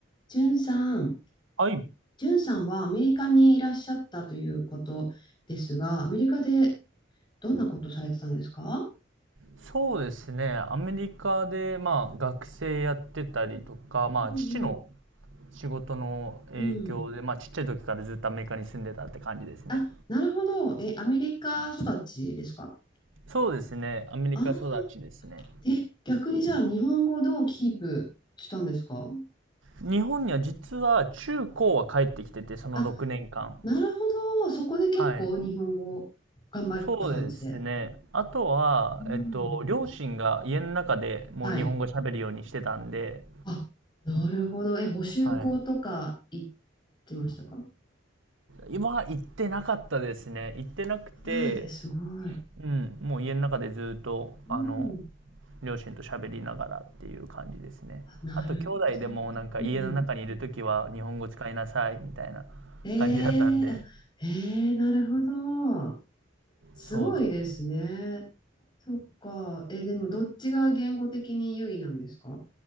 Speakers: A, on the left; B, on the right.
A: じゅんさん、
B: はい。
A: じゅんさんはアメリカにいらっしゃったということですが、アメリカでどんなことされてたんですか
B: そうですね。アメリカで、まあ、学生やってたりとか、まあ、
A: うんうん
B: 父の仕事の影響で、
A: うん。
B: まあ、ちっちゃい時からずっとアメリカに住んでたって感じですね。
A: あ、なるほど。え、アメリカ育ちですか
B: そうですね。アメリカ育ちですね。
A: ああー、え、逆にじゃあ日本語どうキープしたんですか
B: 日本には実は中高は帰ってきてて、その6年間。
A: あ、なるほど。そこで結構日本語頑張った感じで。
B: はい。そうですね。あとは、
A: うん。
B: えっと、両親が家の中でもう日本語喋るようにしてたんで、
A: はい。あ、なるほど。え、補習校とか行っ
B: はい。
A: てましたか
B: 今は行ってなかったですね。行ってなくて、
A: ないです。すごい。
B: うん、もう家の中でずっと、
A: うん。
B: あの、両親と喋りながらっていう感じですね。
A: あなるほど。
B: あと、兄弟でもなんか家の中にいるときは日本語使いなさいみたいな
A: うんうん。ええあええなるほど。
B: 感じだったんで。
A: すごいですね。
B: そうです。
A: そっか。えーでもどっちが言語的に優位なんですか